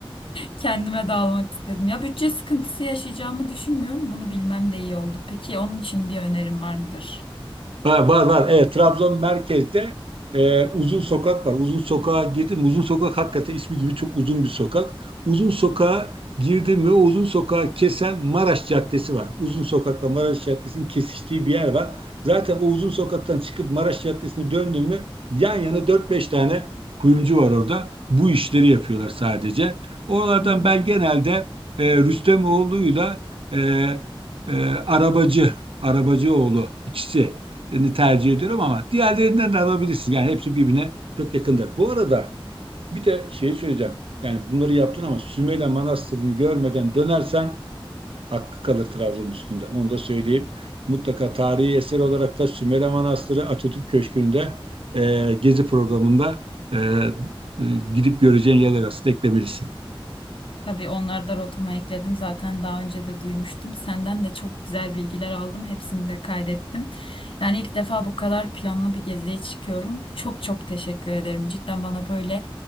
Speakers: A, on the left; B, on the right.
A: Kendime de almak istedim. Ya bütçe sıkıntısı yaşayacağımı düşünmüyorum. Bunu bilmem de iyi oldu. Peki onun için bir önerim var mıdır?
B: Ha, var var. Evet, Trabzon merkezde e, uzun sokak var. Uzun sokağa girdim. Uzun sokak hakikaten ismi gibi çok uzun bir sokak. Uzun sokağa girdim ve o uzun sokağı kesen Maraş Caddesi var. Uzun sokakla Maraş Caddesi'nin kesiştiği bir yer var. Zaten o uzun sokaktan çıkıp Maraş Caddesi'ne döndüm mü yan yana dört beş tane kuyumcu var orada. Bu işleri yapıyorlar sadece. Oralardan
A: Hı hı.
B: ben genelde e, Rüstemoğlu'yla e, e, Arabacı, Arabacıoğlu ikisi tercih ediyorum ama diğerlerinden de alabilirsin. Yani hepsi birbirine çok yakındır. Bu arada bir de şeyi söyleyeceğim. Yani bunları yaptın ama Sümele Manastırı'nı görmeden dönersen hakkı kalır Trabzon'un üstünde. Onu da söyleyeyim. Mutlaka tarihi eser olarak da Sümele Manastırı Atatürk Köşkü'nde e, gezi programında e, e, gidip göreceğin yerler arasında eklemelisin.
A: Tabii onları da rotama ekledim. Zaten daha önce de duymuştum. Senden de çok güzel bilgiler aldım. Hepsini de kaydettim. Yani ilk defa bu kadar planlı bir geziye çıkıyorum. Çok çok teşekkür ederim. Cidden bana böyle